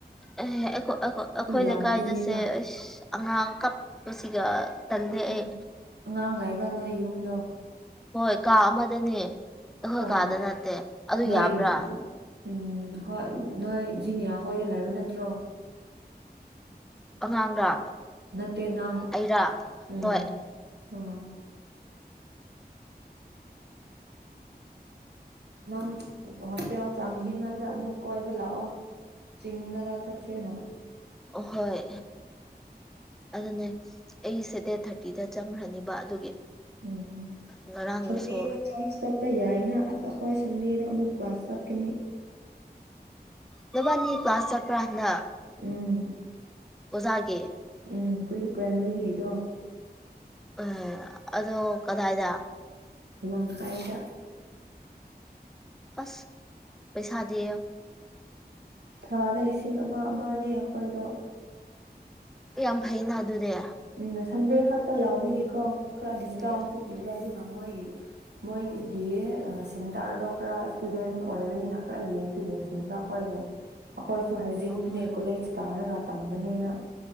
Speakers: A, in the centre; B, on the right.
A: ꯑꯦꯍ ꯑꯩ ꯑꯈꯣꯏꯅ
B: ꯌꯥꯝ
A: ꯀꯥꯏꯗꯁꯦ
B: ꯄꯤꯌꯦꯅ
A: ꯑꯁ ꯑꯉꯥꯡ ꯀꯞꯄꯁꯤꯒ ꯇꯜꯂꯦ
B: ꯎꯝ
A: ꯑꯩ
B: ꯑꯉꯥꯡ ꯂꯥꯏꯔꯕ꯭ꯔꯥ ꯅꯣꯏ ꯌꯨꯝꯗꯣ
A: ꯍꯣꯏ ꯀꯥ ꯑꯃꯗꯅꯦ ꯑꯈꯣꯏ
B: ꯑꯣ
A: ꯀꯥꯗ ꯅꯠꯇꯦ ꯑꯗꯨ
B: ꯅꯣꯏ
A: ꯌꯥꯕ꯭ꯔꯥ
B: ꯎꯝ ꯍꯣꯏ ꯅꯣꯏ ꯖꯤꯅꯤꯌꯥ ꯈꯣꯏꯗ ꯂꯥꯏꯕ ꯅꯠꯇ꯭ꯔꯣ
A: ꯑꯉꯥꯡꯔꯥ
B: ꯅꯠꯇꯦ ꯅꯪ
A: ꯑꯩꯔꯥ
B: ꯎꯝ
A: ꯍꯣꯏ
B: ꯑꯥ ꯅꯪ ꯍꯣꯁꯇꯦꯜ ꯆꯪꯗ꯭ꯔꯤꯉꯩꯗ ꯑꯃꯨꯛ ꯀꯣꯏꯕ ꯂꯥꯛꯑꯣ ꯆꯤꯡꯗꯒꯥ ꯆꯠꯆꯦꯅ
A: ꯍꯣꯏ ꯑꯗꯨꯅꯦ ꯑꯩꯁꯦ ꯑꯦꯠ ꯊꯥꯔꯇꯤꯗ ꯆꯡꯈ꯭ꯔꯅꯤꯕ ꯑꯗꯨꯒꯤ
B: ꯎꯝ
A: ꯉꯔꯥꯡꯗꯨꯁꯨ
B: ꯁꯟꯗꯦꯗ ꯆꯔꯁ ꯆꯠꯄ ꯌꯥꯏꯅ ꯑꯁ ꯑꯩꯈꯣꯏ ꯁꯟꯗꯦꯗ ꯑꯃꯨꯛ ꯀ꯭ꯂꯥꯁ ꯆꯠꯀꯅꯤ
A: ꯅꯕꯥꯅꯤ ꯀ꯭ꯂꯥꯁ ꯆꯠꯄ꯭ꯔꯥ ꯍꯟꯗꯛ
B: ꯎꯝ
A: ꯑꯣꯖꯥꯒꯤ
B: ꯎꯝ ꯄ꯭ꯔꯤ ꯄ꯭ꯔꯥꯏꯃꯔꯤꯒꯤꯗꯣ
A: ꯑ ꯑꯗꯣ ꯀꯗꯥꯏꯗ
B: ꯂꯝꯈꯥꯢꯗ
A: ꯑꯁ ꯄꯩꯁꯥꯗꯤ
B: ꯊꯥꯗ ꯂꯤꯁꯤꯡ ꯑꯃ ꯑꯃꯅꯦ ꯑꯩꯈꯣꯏꯗꯣ
A: ꯌꯥꯝ ꯐꯩꯅ ꯑꯗꯨꯗꯤ
B: ꯎꯝ ꯁꯟꯗꯦ ꯈꯛꯇ ꯂꯧꯕꯒꯤꯀꯣ ꯈꯔ ꯗꯤꯁꯀꯥꯎꯟꯁꯨ
A: ꯎꯝ
B: ꯄꯤꯕ ꯑꯗꯨꯅ ꯃꯣꯏꯒꯤ ꯃꯣꯏꯒꯤ ꯑ ꯁꯦꯟꯇꯔꯗꯣ ꯈꯔ ꯏꯁꯇꯨꯗꯦꯟ ꯑꯣꯏꯕꯅꯤꯅ ꯈꯔ ꯌꯦꯡꯁꯨ ꯌꯦꯡꯁꯤꯟꯕ ꯑꯩꯈꯣꯏꯕꯨ ꯑꯩꯈꯣꯏꯁꯨ ꯍꯩꯖꯤꯟꯕꯅꯦ
A: ꯑꯣ
B: ꯀꯣꯂꯦꯖ ꯀꯔꯒ ꯇꯝꯕꯅꯦꯅ